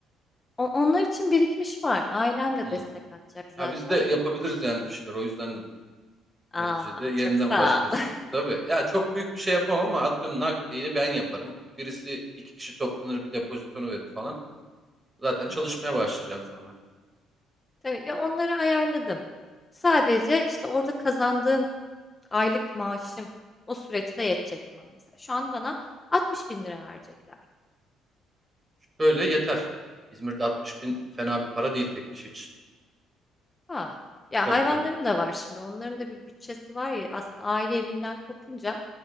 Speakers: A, on the left (about 20°); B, on the right (about 25°).
A: O- onlar için birikmiş var. Ailem de
B: Hmm.
A: destek atacak zaten.
B: Ya biz de yapabiliriz yani bir şeyler. O yüzden dedim.
A: Aa,
B: Neticede yeniden
A: çok sağ
B: başlıyorsun.
A: ol. <laughs>
B: Tabii ya çok büyük bir şey yapamam ama atıyorum nakliyi ben yaparım. Birisi iki kişi toplanır bir depozitonu verir falan. Zaten
A: Hmm.
B: çalışmaya başlayacağım sonra.
A: Tabii ya onları ayarladım. Sadece işte orada kazandığım aylık maaşım o süreçte yetecek bana mesela. Şu an bana 60 bin lira verecekler.
B: Böyle yeter. İzmir'de 60 bin fena bir para değil tek kişi için.
A: Ha. Ya
B: Tabii
A: hayvanlarım
B: tabii.
A: da var şimdi. Onların da bir bütçesi var ya aslında aile evinden kopunca